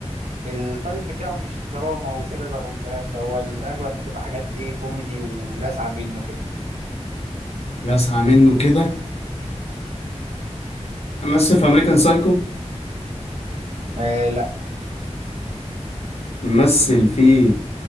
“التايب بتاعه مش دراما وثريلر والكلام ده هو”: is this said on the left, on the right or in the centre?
Right